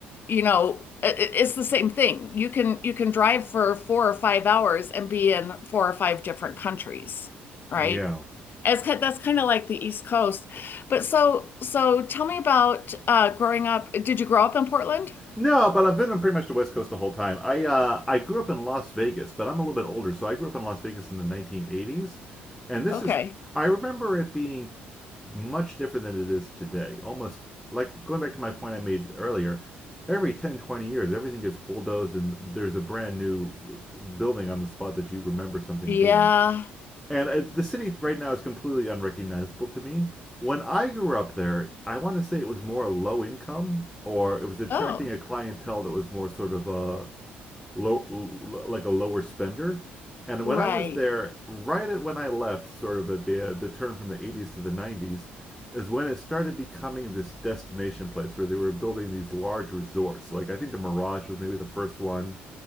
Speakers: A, on the left; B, in the centre.
A: you know, i- i- it's the same thing. You can you can drive for four or five hours and be in four or five different countries, right?
B: Yeah.
A: It's kind, that's kind of like the East Coast. But so so tell me about uh growing up. Did you grow up in Portland?
B: No, but I've been pretty much the West Coast the whole time. I uh, I grew up in Las Vegas, but I'm a little bit older, so I grew up in Las Vegas in the 1980s, and this
A: Okay.
B: is I remember it being much different than it is today. Almost like going back to my point I made earlier, every 10, 20 years, everything gets bulldozed and there's a brand new building on the spot that you remember something
A: Yeah.
B: being. And uh, the city right now is completely unrecognizable to me. When I grew up there, I want to say it was more low income, or it was attracting
A: Oh,
B: a clientele that was more sort of a low, like a lower spender. And
A: right.
B: when I was there, right at when I left, sort of at the uh, the turn from the 80s to the 90s, is when it started becoming this destination place where they were building these large resorts. Like I think the Mirage was maybe the first one